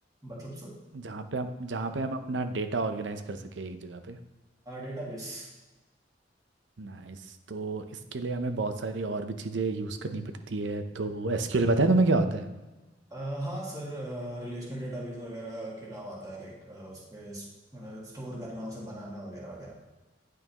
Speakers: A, on the right; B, on the right.
A: मतलब सर
B: जहाँ पे हम जहाँ पे हम अपना डेटा ऑर्गेनाइज कर सके एक जगह पे
A: डेटाबेस
B: नाइस तो इसके लिए हमें बहुत सारी और भी चीज़ें यूज़ करनी पड़ती है तो एसक्यूएल बताया तुम्हें क्या होता है
A: अ, हाँ सर रिलेशनल डेटाबेस वगैरह के काम आता है लाइक उस पे स्टोर करना उसे बनाना वगैरह वगैरह